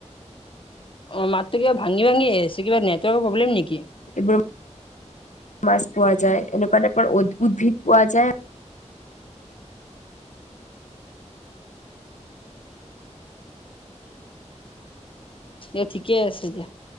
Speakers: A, on the left (about 45°); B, on the left (about 80°).
A: অ মাতত কিবাঙি ভাঙি আহ আছে কিবা নেটৱৰ্কৰ প্ৰব্লেম নেকি
B: এইবোৰ মাছ পোৱা যায় এনেকুৱাাৰ অদ্ভুত ভদ পোৱা যায়
A: এি ক আছেতিয়া